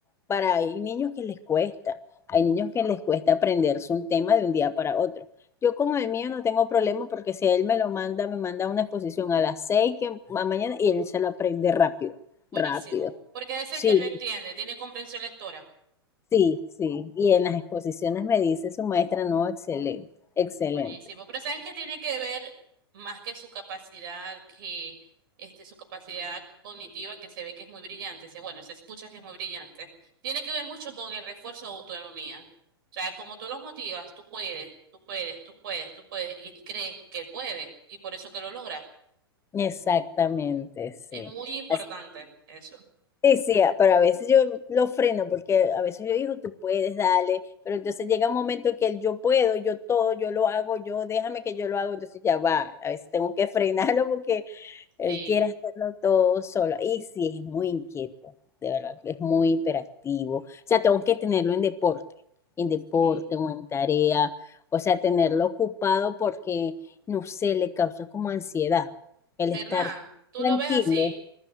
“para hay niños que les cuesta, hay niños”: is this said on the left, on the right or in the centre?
Left